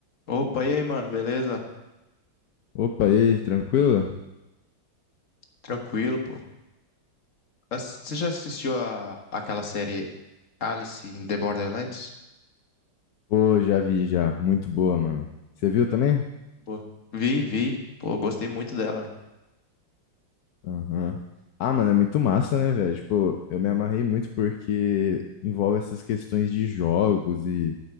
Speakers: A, on the left; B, on the left.
A: Opa, e aí, mano, beleza?
B: Opa, e aí, tranquilo?
A: Tranquilo, pô. Ass- Você já assistiu a, aquela série Alice in the Borderlands?
B: Pô, já vi já. Muito boa, mano. Você viu também?
A: Pô, vi, vi. Pô, gostei muito dela. né?
B: Aham. Ah, mano, é muito massa, né, velho? Tipo, eu me amarrei muito porque envolve essas questões de jogos e